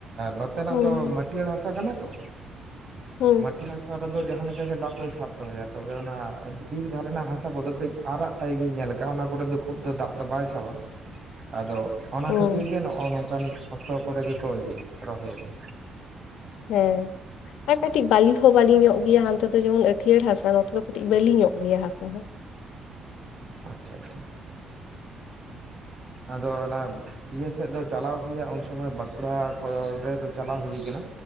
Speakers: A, on the right; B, on the left.
A: ᱱᱚᱛᱮ ᱱᱟᱜ
B: ᱦᱩᱸ
A: ᱫᱚ ᱢᱟᱹᱴᱭᱟᱹᱲ ᱦᱟᱥᱟ ᱠᱟᱱᱟ ᱛᱚ,
B: ᱦᱩᱸ
A: ᱢᱟᱹᱴᱭᱟᱹᱲ ᱱᱚᱣᱟ ᱨᱮᱫᱚ ᱡᱟᱦᱟᱸ ᱞᱮᱠᱟ ᱜᱮ ᱫᱟᱜ ᱫᱚᱭ ᱥᱟᱵ ᱫᱚᱦᱚᱭᱟ ᱛᱚᱵᱮ ᱚᱱᱟ ᱵᱤᱨ ᱫᱷᱟᱨᱮ ᱨᱮᱱᱟᱜ ᱦᱟᱥᱟ ᱠᱚᱫᱚ ᱠᱟᱹᱡ ᱟᱨᱟᱜ ᱴᱟᱭᱤᱯ ᱤᱧ ᱧᱮᱞ ᱠᱟᱜᱼᱟ ᱚᱱᱟ ᱠᱚᱨᱮ ᱫᱚ ᱠᱷᱩᱵ ᱫᱚ ᱫᱟᱜ ᱫᱚ ᱵᱟᱭ ᱥᱟᱵᱟ᱾ ᱟᱫᱚ ᱚᱱᱟ
B: ᱦᱩᱸ
A: ᱠᱷᱟᱹᱛᱤᱨ ᱜᱮ ᱱᱚᱜᱼᱚ ᱱᱚᱝᱠᱟᱱ ᱚᱠᱛᱚ ᱠᱚᱨᱮ ᱜᱮᱠᱚ ᱤᱭᱟᱹᱭᱟ ᱨᱚᱦᱚᱭᱟ ᱠᱚ᱾
B: ᱦᱮᱸ ᱟ ᱠᱟᱹᱴᱤᱡ ᱵᱟᱹᱞᱤ ᱦᱚᱸ ᱵᱟᱹᱞᱤ ᱧᱚᱜ ᱜᱮᱭᱟ ᱦᱟᱱᱛᱮ ᱫᱚ ᱡᱮᱢᱚᱱ ᱟᱴᱷᱭᱟᱹᱲ ᱦᱟᱥᱟ ᱱᱚᱛᱮ ᱫᱚ ᱠᱟᱹᱴᱤᱡ ᱵᱟᱹᱞᱤ ᱧᱚᱜ ᱜᱮᱭᱟ ᱦᱟᱥᱟ ᱦᱚᱸ᱾
A: ᱟᱪᱪᱷᱟ ᱟᱪᱪᱷᱟ ᱪᱷᱟ ᱟᱫᱚ ᱚᱱᱟ ᱤᱭᱟᱹ ᱥᱮᱫ ᱫᱚ ᱪᱟᱞᱟᱣ ᱦᱩᱭᱩᱜᱼᱟ ᱩᱱ ᱥᱚᱢᱚᱭ ᱵᱟᱸᱠᱩᱲᱟ ᱠᱚ ᱨᱮᱫᱚ ᱪᱟᱞᱟᱣ ᱦᱩᱭ ᱠᱟᱱᱟ᱾